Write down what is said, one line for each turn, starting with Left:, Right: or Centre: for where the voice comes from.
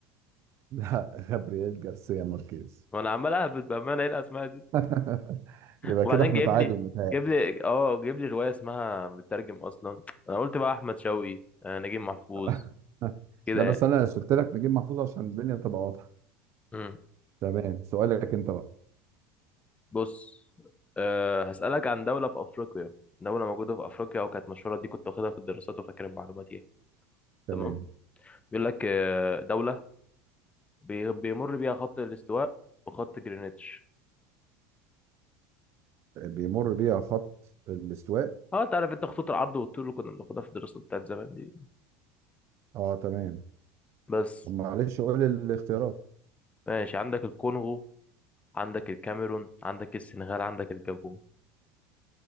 Right: لا <laughs> جابرييل جارسيا ماركيز
Left: وأنا عمال أهبط بأمانة إيه الأسماء دي
Right: <laughs> يبقى
Left: وبعدين
Right: كده احنا
Left: جايب
Right: تعادل
Left: لي
Right: متهيألي
Left: جايب لي أه جايب لي رواية اسمها مترجم أصلا أنا قلت بقى أحمد شوقي آه، نجيب محفوظ
Right: <laughs>
Left: كده
Right: لا بس
Left: يعني
Right: انا قلت لك نجيب محفوظ عشان الدنيا تبقى واضحه
Left: مم.
Right: تمام سؤالك انت بقى
Left: بص أه هسألك عن دولة في أفريقيا دولة موجودة في أفريقيا وكانت مشهورة دي كنت واخدها في الدراسات وفاكر المعلومات دي تمام
Right: تمام
Left: بيقول لك آه، دولة بي- بيمر بيها خط الاستواء وخط جرينتش
Right: بيمر بيها خط الاستواء
Left: اه انت عارف انت خطوط العرض والطول اللي كنا بناخدها في الدراسات بتاعت زمان دي
Right: اه تمام
Left: بس
Right: طب معلش قول الاختيارات
Left: ماشي عندك الكونغو عندك الكاميرون عندك السنغال عندك الجابون